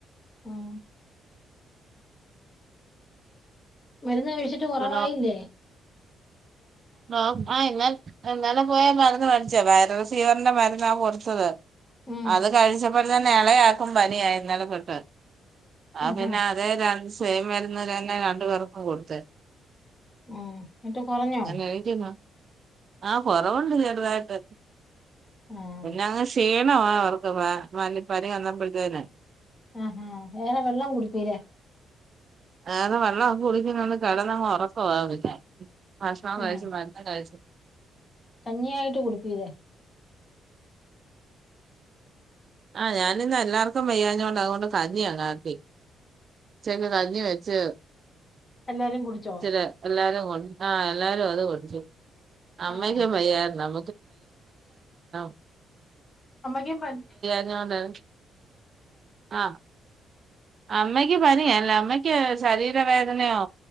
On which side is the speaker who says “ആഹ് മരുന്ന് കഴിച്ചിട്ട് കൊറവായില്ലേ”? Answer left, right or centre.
Left